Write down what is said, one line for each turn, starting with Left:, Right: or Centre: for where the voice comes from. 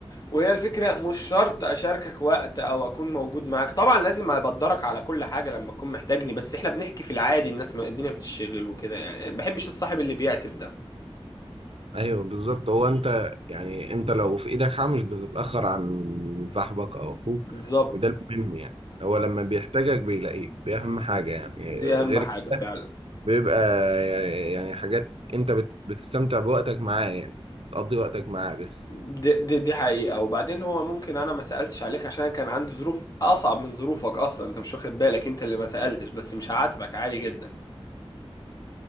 Left: وهي الفكرة مش شرط اشاركك وقت او اكون موجود معاك طبعا لازم ابدرك على كل حاجة لما تكون محتاجني بس احنا بنحكي في العادي الناس ما الدنيا بتشتغل وكده يعني ما بحبش الصاحب اللي بيعتب ده
Right: ايوه بالظبط هو انت يعني انت لو في ايدك حاجه مش بتتاخر عن صاحبك او اخوك
Left: بالظبط
Right: وده المهم يعني هو لما بيحتاجك بيلاقيك دي اهم حاجه يعني
Left: دي
Right: غير
Left: اهم حاجة فعلا
Right: كده بيبقى يعني حاجات انت بت- بتستمتع بوقتك معاه يعني تقضي وقتك معاه بس
Left: دي, دي دي حقيقة وبعدين هو ممكن أنا ما سألتش عليك عشان كان عندي ظروف أصعب من ظروفك أصلا أنت مش واخد بالك أنت اللي ما سألتش بس مش هعاتبك عادي جدا